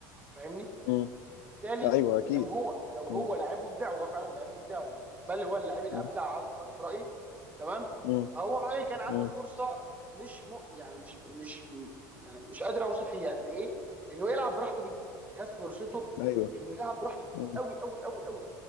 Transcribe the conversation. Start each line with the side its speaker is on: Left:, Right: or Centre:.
Right: فاهمني
Left: مم.
Right: بالتالي
Left: ايوه اكيد
Right: لو هو لو هو
Left: مم.
Right: لاعب مبدع وهو فعلا لاعب مبدع و- بل هو اللاعب الابدع
Left: مم.
Right: على الاطلاق في رايي تمام
Left: مم.
Right: فهو رايي كان عنده
Left: مم.
Right: فرصه مش م... يعني مش مش م- يعني مش قادر اوصف هي قد ايه انه يلعب براحته جدا خد فرصته
Left: ايوه
Right: انه يلعب براحته
Left: مم.
Right: قوي قوي قوي قوي